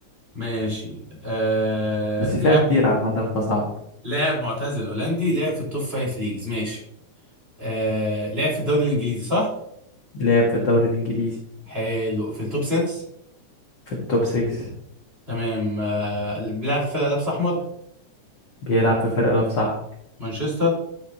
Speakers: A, on the right (about 20°); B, on the left (about 45°).
A: ماشي آه
B: بس فيها
A: لاعب
B: كتير عامة فصعب
A: لاعب معتزل هولندي لعب في التوب فايف ليجز ماشي آه لعب في الدوري الانجليزي صح
B: لعب في الدوري الإنجليزي
A: حلو في التوب 6
B: في التوب 6
A: تمام آه، اللي بيلعب في فرقة لابس أحمر
B: بيلعب في فرقة لو صاحب
A: مانشستر